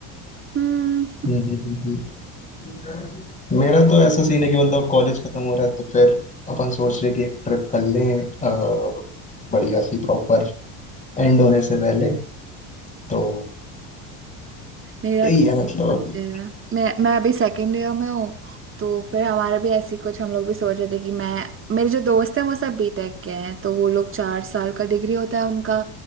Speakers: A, on the right; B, on the left.
A: हम्म
B: हम्म, हम्म, हम्म, हम्म। मेरा तो ऐसा सीन है कि मतलब कॉलेज खत्म हो रहा है तो फिर अपन सोच रहे कि एक ट्रिप कर लें अ, बढ़िया सी प्रॉपर एंड होने से पहले तो
A: मेरा
B: यही
A: तो
B: है मतलब
A: बच्चे
B: अभी
A: हैं मैं मैं अभी सेकेंड ईयर में हूँ तो फिर हमारा भी ऐसी कुछ हम लोग भी सोच रहे थे कि मैं मेरे जो दोस्त हैं वो सब बीटेक के हैं तो वो लोग चार साल का डिग्री होता है उनका